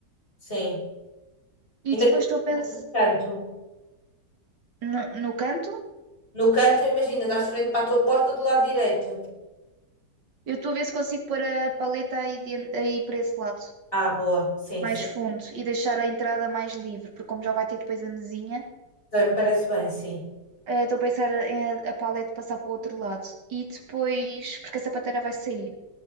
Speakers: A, on the left; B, on the right.
A: Sim. Ainda
B: E depois
A: tem
B: estou a pensar
A: no canto.
B: no, no canto,
A: No canto, imagina, estás de frente para a tua porta do lado direito.
B: Eu estou a ver se consigo pôr a paleta aí, dentro, aí para esse lado,
A: Ah, boa. Sim,
B: mais
A: sim.
B: fundo, e deixar a entrada mais livre, porque como já vai ter depois a mesinha,
A: Também me parece bem, sim.
B: eh, estou a pensar em a, a paleta passar para o outro lado. E depois, porque a sapateira vai sair.